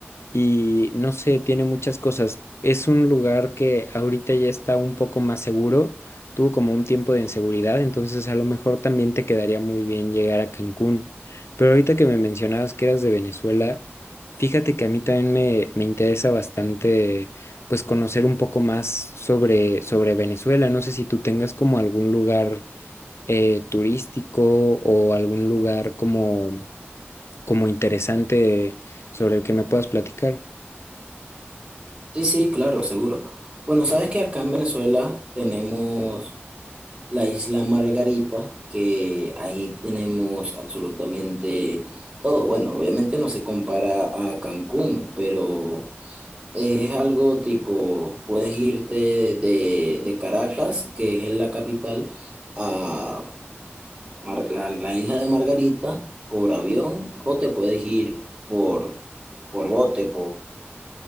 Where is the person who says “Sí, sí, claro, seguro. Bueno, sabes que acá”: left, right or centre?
Right